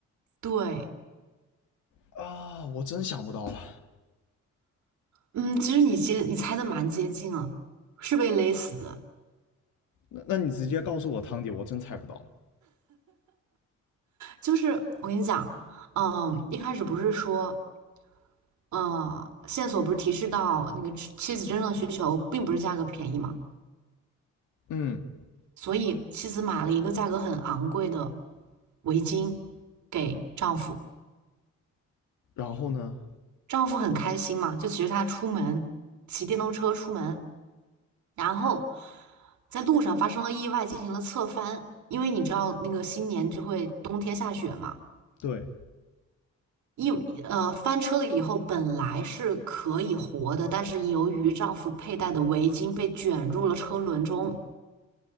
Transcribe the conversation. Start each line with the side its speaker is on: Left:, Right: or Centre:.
Right: 对，
Left: 啊，我真想不到了。
Right: 嗯，其实你接你猜的蛮接近了，是被勒死的。
Left: 那那你直接告诉我汤底，我真猜不到了。
Right: 就是我跟你讲，嗯，一开始不是说，嗯，线索不是提示到那个妻妻子真正的需求并不是价格便宜嘛，
Left: 嗯，
Right: 所以妻子买了一个价格很昂贵的围巾给丈夫，
Left: 然后呢？
Right: 丈夫很开心嘛，就骑着他出门，骑电动车出门。然后在路上发生了意外，进行了侧翻。因为你知道那个新年就会冬天下雪嘛，
Left: 对，
Right: 一呃翻车了以后本来是可以活的，但是由于丈夫佩戴的围巾被卷入了车轮中，